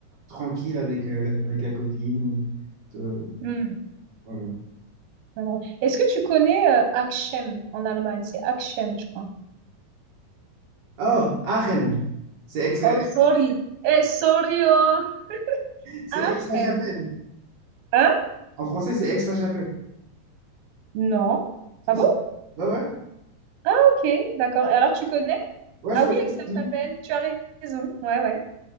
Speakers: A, on the right (about 55°); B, on the right (about 90°).
A: tranquille avec, euh, avec la copine. Tout- euh,
B: Hmm.
A: voilà.
B: Vraiment. Est-ce que tu connais euh, Achem en Allemagne? C'est Achem, je crois.
A: Oh, Aachen! C'est Aix, euh,
B: Oh, sorry. Eh, sorry, oh.
A: c'est
B: Achem.
A: Aix-la-Chapelle.
B: Hein?
A: En français, c'est Aix-la-Chapelle.
B: Non. Ah
A: Si,
B: bon?
A: si. Bah ouais.
B: Ah, ok, d'accord. Et alors, tu connais?
A: Ouais,
B: Ah
A: je connais.
B: oui, Aix-la-Chapelle, tu as raison. Ouais, ouais.